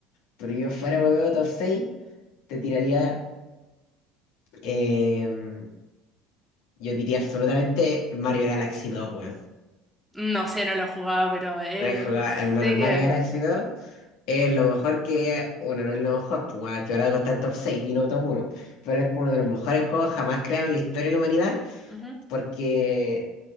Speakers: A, on the left; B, in the centre.
A: Pero yo fuera, weón, top 6 te tiraría, em, yo diría absolutamente Mario Galaxy dos weón.
B: No sé, no lo he jugado, pero eh,
A: No he jugado,
B: sé
A: hermano, Mario
B: que,
A: Galaxy
B: bueno.
A: dos Es lo mejor que, bueno, no es lo mejor, pues bueno, que ahora algo está en top 6 y no top uno pero es uno de los mejores juegos jamás creados en la historia de la humanidad
B: ujú.
A: porque